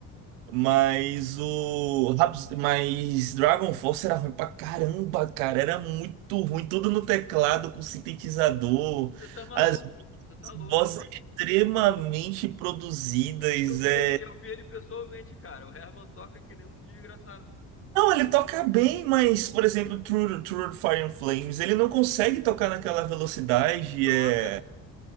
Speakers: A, on the right; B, on the left.
A: Mas o. Raps- Mas Dragon Force era ruim pra caramba, cara. Era muito ruim. Tudo no teclado, com sintetizador.
B: Você tá maluco.
A: As
B: Você tá louco.
A: vozes extremamente produzidas.
B: Eu vi
A: É...
B: ele, eu vi ele pessoalmente, cara. O Herman toca que nem um desgraçado.
A: Não, ele toca bem, mas, por exemplo, True, True Fire and Flames, ele não consegue tocar naquela velocidade.
B: Toca.
A: é.